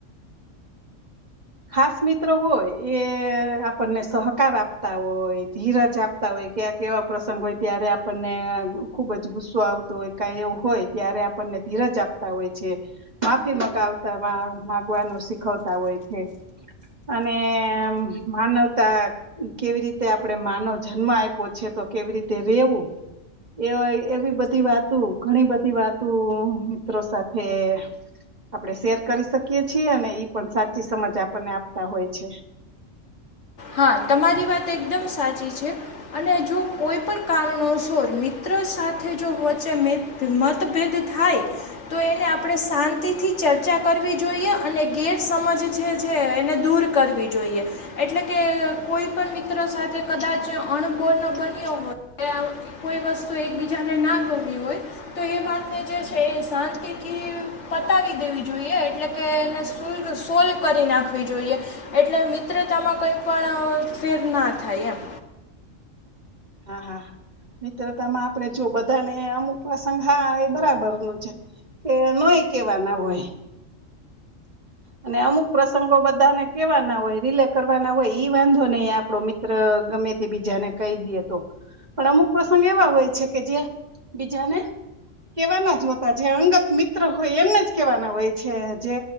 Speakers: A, on the right; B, on the left.
A: ખાસ મિત્ર હોય એ આપણને સહક આકાર આપતા હોય ધીરજ આપતા હોય ક્યાંક એવા પ્રસંગ હોય ત્યારે આપણને ખુબ જ ગુસ્સો આવતો હોય કા એવું હોય ત્યારે આપણને ધીરજ આપતા હોય છે માફી મગાવતા માગવાનું શીખવતા હોય છે અને માનવતા કેવી રીતે આપડે માનવ જન્મ આપ્યો છે તો કેવી રીતે રેવું એ એવી બધી વાતો ઘણી બધી વાતો મિત્રો સાથે આપડે શેર કરી શકીએ છીએ અને ઈ પણ સાચી સમજ આપ ને આપતા હોય છે
B: હા તમારી વાત એકદમ સાચી છે અને જો કોઈ પણ કારણોસોર મિત્ર સાથે જો વચ્ચે મતભેદ થાય તો એને આપણે શાંતિથી ચર્ચા કરવી જોઈએ અને ગેરસમજ જે છે એને દૂર કરવી જોઈએ એટલે કે કોઈ પણ મિત્ર સાથે કદાચ અણબોર્ણ બન્યો હોય કે કોઈ વસ્તુ એકબીજાને ના દોરવી હોય તો એ વાતને જે છે એ શાંતિથી પતાવી દેવી જોઈએ એટલે કે એને શલ્ સોલ્વ કરી નાખવી જોઈએ એટલે મિત્ર તત્રા માં કોઈ પણ ફેર ના થાય એમ
A: હા હા મિત્રતામાં આપણે જો બધાને અમુક પ્રસંગ હા એ બરાબર ન છે કે નય કેવાના હોય અને અમુક પ્રસંગો બધાને કેવાના હોય રિલે કરવાના હોય ઈ વાંધો નહી આપડો મિત્ર ગમે તે બીજાને કહી દી તો પણ અમુક પ્રસંગ એવા હોય છે કે જે બીજાને કેવાના જ હોતા જે અંગત મિત્ર હોય એમને જ કેવાના હોય છે જે